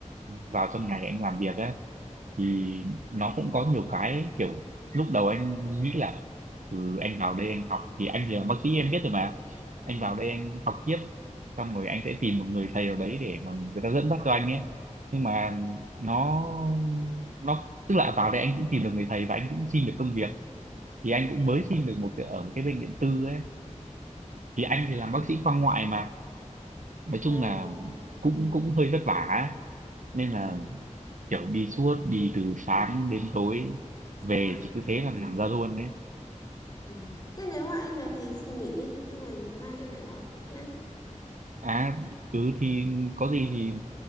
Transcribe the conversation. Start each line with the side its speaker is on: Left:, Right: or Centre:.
Right: vào trong này anh làm việc ấy thì nó cũng có nhiều cái kiểu lúc đầu anh nghĩ là ừ, anh vào đây anh học thì anh thì là bác sĩ em biết rồi mà anh
Left: dạ
Right: vào đây anh học tiếp xong rồi anh sẽ tìm một người thầy ở đấy để mà người ta dẫn dắt cho anh ấy nhưng mà nó nó tức là vào đây anh cũng tìm được người thầy và anh cũng xin được công việc thì anh cũng mới xin được một cái ở một cái bệnh viện tư ấy thì anh thì làm
Left: ừ.
Right: bác sĩ khoa ngoại mà nói
Left: ồ
Right: chung là cũng cũng hơi vất vả ấy. nên
Left: dạ
Right: là kiểu đi suốt đi từ sáng đến tối
Left: ừ.
Right: về chỉ cứ thế là nằm ra luôn đấy
Left: Vâng. Thế nếu mà anh về thì nghỉ đi, xong rồi mai em lại gọi nhá.
Right: à ừ thì có gì thì